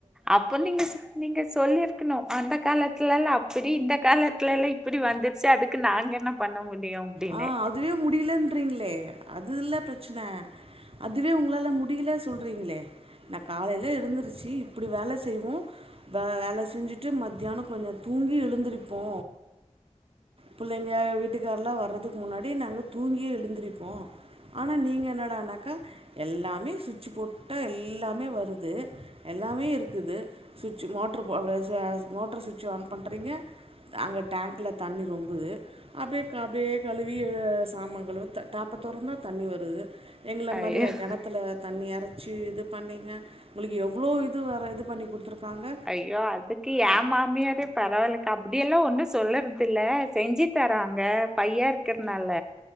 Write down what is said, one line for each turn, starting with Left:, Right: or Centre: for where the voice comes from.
Centre: அப்ப நீங்க சொ நீங்க சொல்லிரு க்கணு அந்த காலத்லலா அப்பிடி இந்த காலத்லலா இப்பிடி வந்துருச்சு அதுக்கு நாங்க என்ன பண்ண முடியு அப்டின்னு
Right: ஆ அதுவே முடியலன்றீங்ளே அதுல்ல பிரச்சன அதுவே உங்களால முடில சொல்றீங்ளே நா காலைல எழுந்துருச்சு இப்புடி வேல செய்வோ வே வேல செஞ்சுட்டு மத்யானோ கொஞ்சோ தூங்கி எழு எழுந்திருப்போ புள்ளைங்க வீட்டுக்கார்லா வர்ற துக்கு முன்னாடியே நாங்க தூங்கியே எழுந்திருப்போ ஆனா நீங்க என்னடானாக்கா எல்லாமே சுட்சு போட்டா எல்லாமே வருது எல்லாமே இருக்குது சுட்சு மோட்ரு போர்ற ச மோட்ரு சுட்சு ஆன் பண்றீங்க அங்க டேங்க்ல தண்ணி ரொம்புது அப்டியே க அப்டியே கழுவிய சாமாங் கழுவு த டேப்ப தொறந்தா தண்ணி வருது எங்கள
Centre: ஐயோ
Right: மாரியா கெணத்துல தண்ணி எறச்சு இது பண்ணிங்க உங்களுக்கு எவ்ளோ இது வேர இது பண்ணி குடுத்துருக்காங்க
Centre: அய்யோ அதுக்கு எ மாமியாரே பரவால்லக்கா அப்டியெல்லா ஒன்னு சொல்லறதில்ல செஞ்சு தர்றாங்க பையா இருக்கற்னால